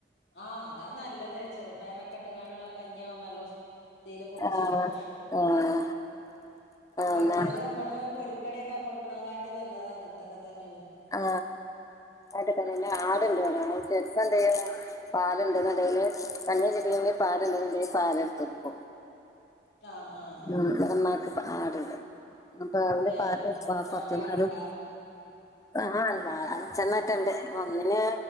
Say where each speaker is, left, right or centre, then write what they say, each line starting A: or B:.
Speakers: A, on the left; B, on the left.
A: ആ അതാ നല്ലത് ചെറുപ്പയറൊക്കെ ഇട്ട്കാണ്ട്ള്ള കഞ്ഞിയാവുമ്പം നല്ല ഉ ന്തെലു കുടിച്ചോളൂ
B: ആഹ് ആഹ്
A: മറ്റേത്
B: എന്നാ
A: മ്മള് പൊരിക്കടിക്കെ കൊടുക്കണകാട്ടി നല്ലത് അങ്ങൻത്തൊക്കെ തന്നെണ്
B: ആ ഏട്ട്തലന്നെ ആട്ണ്ട്വ്ടെ ചെല്പന്ത്യ്യും പാലുണ്ട്ന്ന്ണ്ടേല് കഞ്ഞിചെട്ട പാല്ണ്ടങ്കി പാല്ട്ത്തക്കു
A: ആഹ് ആഹ്
B: ആ ഇവടെമ്മാക്ക് ആട്ണ്ട് അപ്പ <unintelligible>
A: ഏഹ്
B: പാല് വാ കൊറച്ചന്താലും
A: തോനെ ആട്ണ്ടാ
B: ആ അ ആട നാലഞ്ചണ്ണറ്റെട്ട്ണ്ട് ഒന്നിനെ